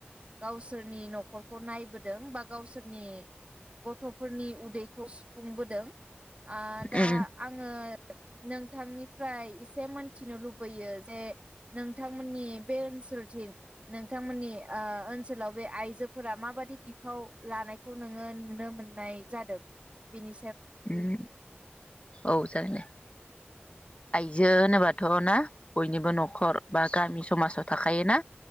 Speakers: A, on the right (about 30°); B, on the left (about 30°).
A: गावसोरनि नख'रखौ नायबोदों बा गावसोरनि गथ'फोरनि उदैखौ सु फुंबोदों। आ दा
B: उम
A: आंङो नोंथांनिफ्राय एसे मोनथिनो लुबैयो जे नों नोंथांमोननि बे ओनसोलथिं नोंथांमोननि ओ ओनसोलाव बे आइजोफोरा माबादि बिफाव लानायखौ नोङो नुनो मोननाय जादों? बिनि
B: उम औ जागोन दे। आइजो होनोबाथ' ना बयनिबो नख खर बा गामि समाज थाखायोना?